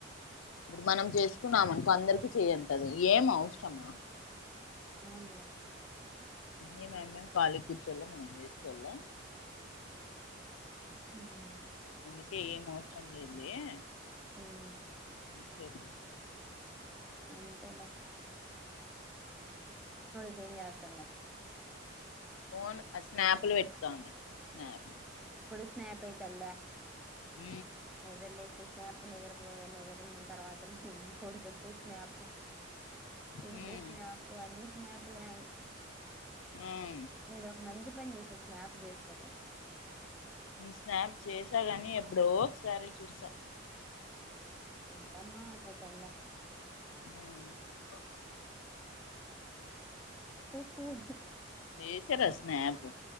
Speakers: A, on the left; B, in the centre.
A: ఇప్పుడు మనం చేసుకున్నాం అనుకో అందరికి చేయంటది ఏం అవసరమా
B: పోవునలే
A: ఏ మమ్మేని పాళి కూర్చోలో మనం వేసుకలం
B: హ
A: అందుకే ఏం అవసరం లేదదు
B: మ్మ్
A: సప్ప
B: అంతేలే క్లీన్ చేస్తున్న
A: ఫోన్ స్నాప్లు పెట్తాంది స్నాప్
B: ఇప్పుడు స్నాప్ ఏ తల్లే
A: ఉ
B: నిద్రలేస్తే స్నేపు నిద్ర నిద్ర తర్వాత పడుకుంటే స్నాపు తిన్ంటే
A: మ్మ్
B: స్నాపు అన్ని స్నాప్లని
A: మ్మ్
B: నేను ఒక మంచి పని చేసే స్నాప్ చేసుకోకుండా
A: స్నాప్ చేసాగాని ఎప్పుడో ఒకసారి చూస్తా
B: ఉద్దమ్మా అంత తెల
A: ఆ
B: ఊ ఊ
A: ఏస రసనాబ